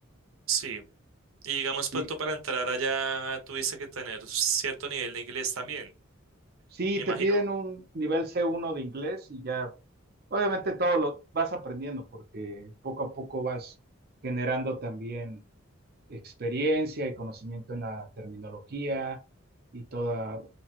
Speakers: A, on the right (about 80°); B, on the right (about 50°).
A: Sí. Y digamos,
B: Sí,
A: pues tú para entrar allá tuviste que tener cierto nivel de inglés también,
B: Sí,
A: me imagino.
B: te piden un nivel C1 de inglés y ya, obviamente todo lo vas aprendiendo porque poco a poco vas generando también experiencia y conocimiento en la terminología y toda,